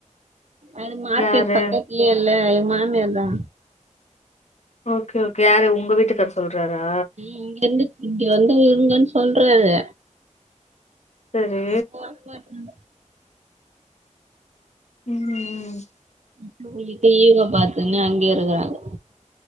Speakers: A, on the right (about 60°); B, on the left (about 60°).
A: அது மார்க்கெட்
B: யாரு
A: பக்கத் இல்ல இல்ல எ மாமியார் தா
B: ஓகே ஓகே யாரு உங்க வீட்டுக்காரர் சொல்றாரா
A: இங்க இருந்து இங்க வந்து இருங்கனு சொல்றாரு
B: சரி
A: அப்போ வருவாருன்
B: ம் ம்
A: <unintelligible> பாத்துனு அங்கயே இருக்குறாங்க